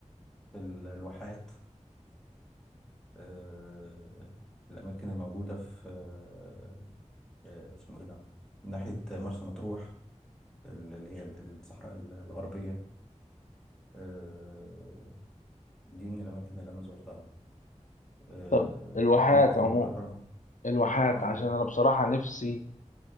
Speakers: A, in the centre; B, on the left.
A: في ال- الواحات آه، الأماكن الموجودة في آه، آه، اسمه إيه ده؟ من ناحية مرسى مطروح ال- اللي هي ال- الصحراء ال- الغربية آه، دي من الأماكن اللي أنا زرتها آه،
B: طب الواحات
A: الأماكن
B: عموما
A: بره م-
B: الواحات
A: آه
B: عشان انا بصراحة نفسي